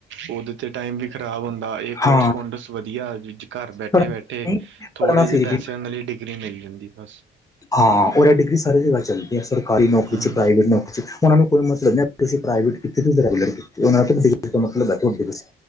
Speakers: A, on the right; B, on the left.
A: ਉਹਦੇ ਅਤੇ ਟਾਈਮ ਵੀ ਖ਼ਰਾਬ ਹੁੰਦਾ ਇਹ ਕੋਰਸਪੋਡਸ
B: ਹਾਂ
A: ਵਧੀਆ ਘਰ ਬੈਠੇ
B: ਪੜ੍ਹਨਾ
A: ਬੈਠੇ ਥੋੜੇ
B: ਪੜ੍ਹਨਾ
A: ਜਿਹੇ
B: ਫਿਰ
A: ਪੈਸੇ
B: ਵੀ
A: ਉਹਨਾਂ ਲਈ ਡਿਗਰੀ ਮਿਲ ਜਾਂਦੀ ਬਸ
B: ਹਾਂ ਉਹ ਡਿਗਰੀ ਸਾਰੀ ਜਗ੍ਹਾ ਚੱਲਦੀ ਐ ਸਰਕਾਰੀ ਨੌਕਰੀ
A: ਹੂੰ
B: ' ਪ੍ਰਾਈਵੇਟ ਨੌਕਰੀ ' ਉਹਨਾਂ ਨੂੰ ਕੋਈ ਮਤਲਬ ਤੁਸੀ ਪ੍ਰਾਈਵੇਟ ਕੀਤੀ ਕੇ ਤੁਸੀਂ ਰੈਗੂਲਰ ਉਹ ਮਤਲਬ ਤੁਹਾਡੇ